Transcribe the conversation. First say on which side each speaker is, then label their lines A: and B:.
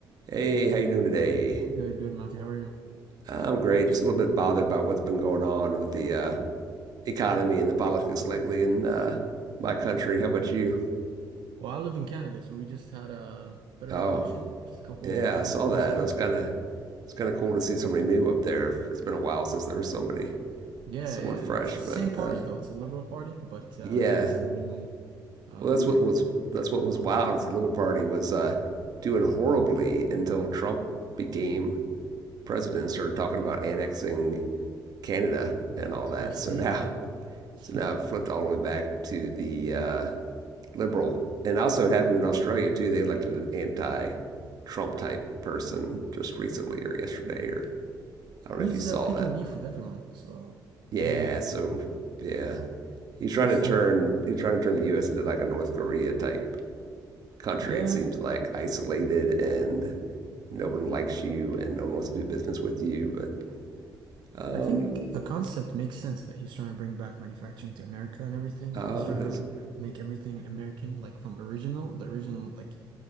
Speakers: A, on the right; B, on the right.
A: Hey, how you doing today?
B: Good, good, Matthew. How are you?
A: I'm great. Just a little bit bothered by what's been going on with the uh, economy and the politics lately in uh, my country. How about you?
B: Well, I live in Canada, so we just had a federal
A: Oh,
B: election just a couple
A: yeah,
B: couple
A: I saw
B: weeks
A: that.
B: ago.
A: I was kind of it's kind of cool to see somebody new up there. It's been a while since there was somebody
B: Yeah,
A: someone
B: yeah.
A: fresh,
B: It's the same
A: but
B: party
A: uh,
B: though. It's a Liberal Party, but uh
A: yeah.
B: just a new uh
A: Well,
B: leader.
A: that's what was that's what was wild. Is the Liberal Party was uh, doing horribly until Trump became president and started talking about annexing Canada
B: The
A: and
B: 51st
A: all that. So
B: state,
A: now
B: yeah.
A: So
B: <laughs>
A: now it flipped all the way back to the uh, liberal. And also, it happened in Australia too. They elected an anti Trump type person just recently or yesterday, or I don't
B: He's
A: know if you saw
B: uh, picking
A: that.
B: beef with everyone. So,
A: Yeah,
B: I mean,
A: so yeah. He's
B: especially
A: trying to turn he's trying to turn the US into like a North Korea type country.
B: yeah,
A: It seems like isolated and no one likes you and no one wants to do business with you. But um
B: I think the concept makes sense that he's trying to bring back manufacturing to America and everything,
A: oh
B: and he's trying
A: does
B: to
A: it
B: make everything American, like from original, the original like